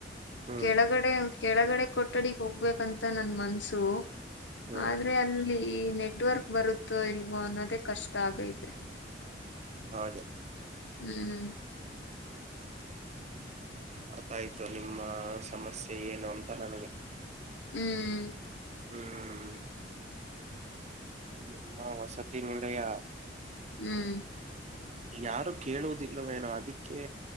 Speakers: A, on the right; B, on the left.
A: ಹ್ಮ್
B: ಕೆಳಗಡೆ ಕೆಳಗಡೆ ಕೊಠಡಿಗ್ ಹೋಗ್ಬೇಕಂತ ನನ್ ಮನ್ಸು
A: ಹ್ಮ್
B: ಆದ್ರೆ ಅಲ್ಲಿ ಈ ನೆಟ್ವರ್ಕ್ ಬರುತ್ತೋ ಇಲ್ವೋ ಅನ್ನೋದೇ ಕಷ್ಟ ಆಗೈತೆ.
A: ಹೌದು
B: ಹ್ಮ್
A: ಅರ್ಥ ಆಯ್ತು ನಿಮ್ಮ ಸಮಸ್ಯೆ ಏನು ಅಂತ ನನಗೆ
B: ಹ್ಮ್
A: ಹ್ಮ್ ನಿಮ್ಮ ವಸತಿ ನಿಲಯ
B: ಹ್ಮ್
A: ಯಾರು ಕೇಳುವುದಿಲ್ಲವೇನೋ ಅದಕ್ಕೆ